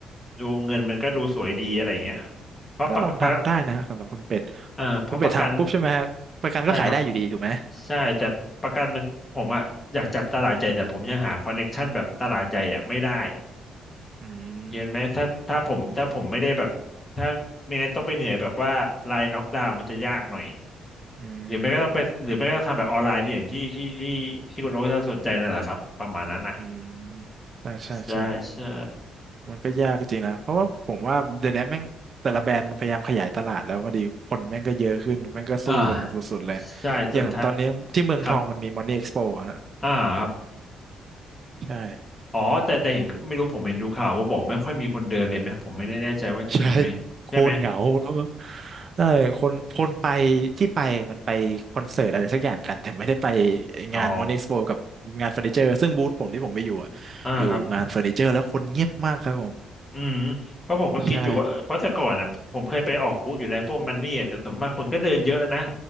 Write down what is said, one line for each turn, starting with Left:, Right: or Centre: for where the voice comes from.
Left: ดูเงินมันก็ดูสวยดีอะไรอย่างเงี้ยเพราะประกันประ
Right: ก็ลองทำได้นะสำหรับคุณเป็ด
Left: อ่าเพราะประกัน
Right: คุณเป็ดทำปุ๊บใช่ไหมฮะประกันก็ขายได้อยู่ดีถูกไหม
Left: ใช่ครับใช่แต่ประกันมันผมอะอยากจับตลาดใหญ่แต่ผมยังหาคอนเน็กชันแบบตลาดใหญ่อะไม่ได้
Right: อืม
Left: เย็นไหมถ้าถ้าผมถ้าผมไม่ได้แบบถ้าไม่งั้นต้องไปเหนื่อยแบบว่าไลน์น็อกดาวน์มันจะยากหน่อย
Right: อืม
Left: หรือไม่ก็ต้องไปหรือไม่ก็ต้องทำแบบออนไลน์ที่อย่างที่ที่ที่ที่คุณโอ๊คจะสนใจนั่นแหละครับประมาณนั้นอ่ะ
Right: อืมใช่ใช่ใช่
Left: ใช่ใช่
Right: มันก็ยากจริงนะเพราะว่าผมว่าเดี๋ยวนี้แม่งแต่ละแบรนด์มันพยายามขยายตลาดแล้วพอดีคนแม่งก็เยอะขึ้นแม่งก็สู้กันสุดๆเลย
Left: อ่าใช่สุดท้าย
Right: อย่างตอนนี้ที่เมืองทองมันมี
Left: ครับ
Right: Money Expo อะฮะ
Left: อ่าครับ
Right: ใช่
Left: อ๋อแต่แต่เห็นไม่รู้ผมเห็นดูข่าวว่าบอกไม่ค่อยมีคนเดินเลยไหมผมไม่ได้แน่ใจว่าจริงไหมใช่ไหม
Right: ใช่โคตรเหงาแล้วก็ใช่คนคนไปที่ไปมันไปคอนเสิร์ตอะไรสักอย่างกันแต่ไม่ได้ไป
Left: อ๋อ
Right: งาน Money Expo กับงานเฟอร์นิเจอร์ซึ่งบูธผมที่ผมไปอยู่อะอยู่งานเฟอร์นิเจอร์แล้วคนเงียบมากครับผม
Left: อ่าครับ อืมเพราะผมก็คิดอยู่ว่าเอพราะแต่ก่อนอ่ะผมเคยไปออกบูธอยู่แล้วพวกมันนี่อะแต่ส่วนมากคนก็เดินเยอะนะ
Right: ใช่